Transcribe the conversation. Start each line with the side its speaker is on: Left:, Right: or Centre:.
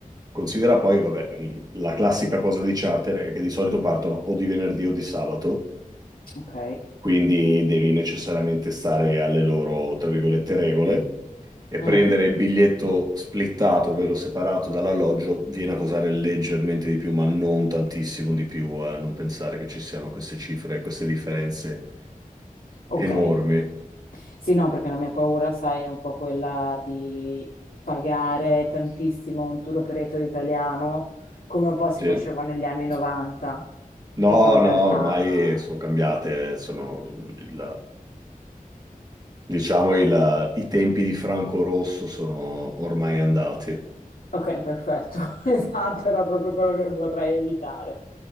Right: Considera poi, vabbè, la classica cosa dei charter è che di solito partono o di venerdì o di sabato
Left: ok.
Right: quindi devi necessariamente stare alle loro, tra virgolette, regole e
Left: Mm,
Right: prendere il biglietto splittato, ovvero separato dall'alloggio, viene a costare leggermente di più, ma non tantissimo di più, eh, non pensare che ci siano queste cifre, queste differenze
Left: ok.
Right: enormi.
Left: Sì, no, perché la mia paura, sai, è un po' quella di pagare tantissimo un tour operator italiano, come un po' si
Right: Sì.
Left: faceva negli anni 90,
Right: No,
Left: e poi in realtà...
Right: no, ormai sono cambiate, sono il- diciamo il- i tempi di Franco Rosso sono ormai andati.
Left: Ok, perfetto. <laughs> Esatto, era proprio quello che vorrei evitare.